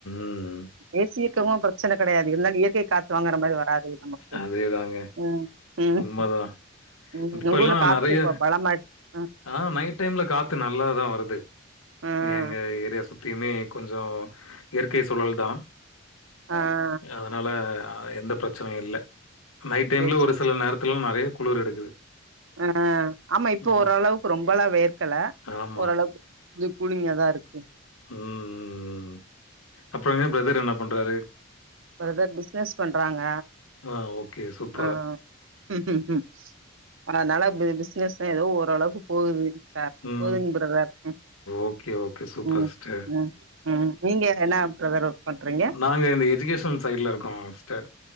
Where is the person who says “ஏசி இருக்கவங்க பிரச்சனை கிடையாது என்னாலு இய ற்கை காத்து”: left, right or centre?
Right